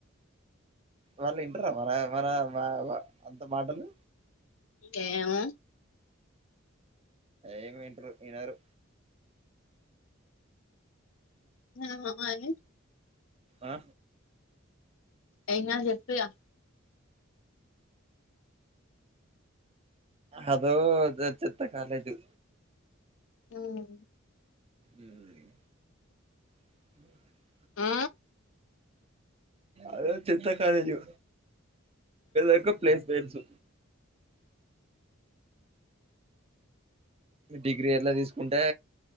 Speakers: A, on the right; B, on the left.
A: వాళ్ళు ఇంటరా మన మన మా అంత మాటలు
B: ఏమో
A: ఏమి వింటరు వినరు
B: ఆ మ మ ని
A: ఆ
B: ఎం కాదు చెప్పు ఇగ
A: అదో చెత్త కాలేజు
B: ఉమ్
A: ఉమ్ <inaudible>
B: అ
A: అదో చెత్త కాలేజు ఇంకో ప్లేస్ మెంట్స్ డిగ్రీ ఎల్ల తీస్కుంటే